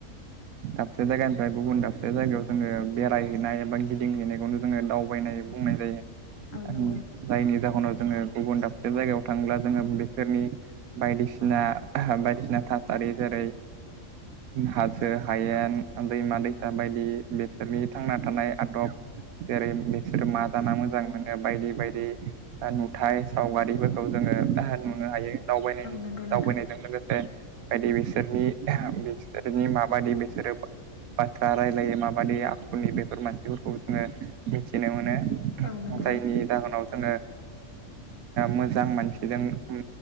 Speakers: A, on the right (about 80°); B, on the left (about 65°).
A: दाबसे जायगानिफ्राय गुबुन दाबसे जायगायाव जोंङो बेरायहैनाय एबा गिदिंहैनायखौनो जोंङो दावबायनाय बुंनाय जायो
B: औ
A: <unintelligible>
B: नंगौ नोंथां
A: जायनि जाहोनाव जोंङो गुबुन दाबसे जायगायाव थांब्ला जोंङो बेफोरनि बायदिसिना बायदिसिना था सारि जेरै हासो हायेन दैमा दैसा बायदि बिसोरनि थांना थानाय आदब जेरै बिसोर मा जाना मोजां मोनो बायदि बायदि थाय सावगारिफोरखौ जोंङो नुनो हायो दावबायनाय
B: औ नंगौ नोंथां
A: दावबायनायजों लोगोसे बायदि बिसोरनि बिसोरनि माबायदि बिसोरो बाथ्रा रायलायो माबायदि आखुनि बेफोर मानसिफोरखौ जोंङो मिथिनो मोनो
B: औ नंगौ
A: <unintelligible> जायनि
B: नोंथां
A: जाहोनाव जोंङो मोजां मानसिजों उम